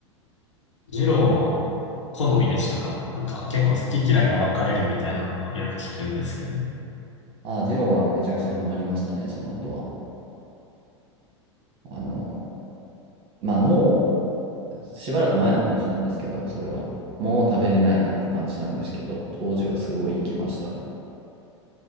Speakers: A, on the left; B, on the right.
A: 二郎は好みでしたかなんか結構好き嫌いが分かれるみたいなのをよく聞くんですけど。
B: ああ、二郎はめちゃくちゃハマりましたね、その後は。あの、まあもう、しばらく前の話なんですけど、それは。もう食べれないなって感じなんですけど、当時はすごい行きました。